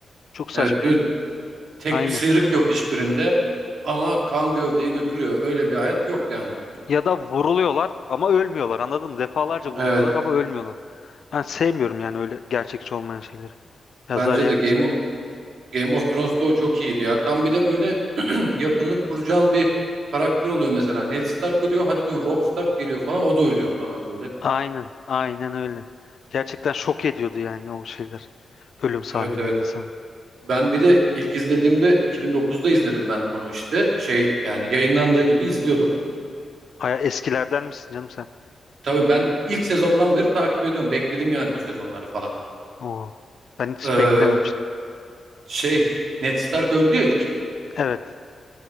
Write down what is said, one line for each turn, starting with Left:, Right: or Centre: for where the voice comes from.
Left: Çok saçma
Right: Evet değil
Left: yani.
Right: mi? Tek
Left: Aynen.
Right: bir sıyrık yok hiçbirinde. Ama kan gövdeyi götürüyor. Öyle bir hayat yok yani.
Left: Ya da vuruluyorlar ama ölmüyorlar anladın mı? Defalarca vuruluyorlar
Right: Evet.
Left: ama ölmüyorlar. Ben sevmiyorum yani öyle gerçekçi olmayan şeyleri. Yazar
Right: Bence
Left: yer.
Right: de Game Game of Thrones'ta o çok iyiydi ya. Tam bir de böyle <clears throat> yakınlık kuracağın bir karakter oluyor mesela. Ned Stark ölüyor. Hadi diyorsun Robb Stark geliyor falan. O da ölüyor falan böyle.
Left: Aynen, aynen öyle. Gerçekten şok ediyordu yani o şeyler. Ölüm sahneleri
Right: Evet evet.
Left: insanı.
Right: Ben bir de ilk izlediğimde 2009'da izledim ben onu işte. Şey yani yayınlandığı gibi izliyordum.
Left: Aya eskilerden misin canım sen?
Right: Tabii ben ilk sezondan beri takip ediyorum. Bekledim yani o sezonları falan.
Left: Oo. Ben hiç
Right: Ee,
Left: beklememiştim.
Right: şey Ned Stark öldü ya ilk.
Left: Evet.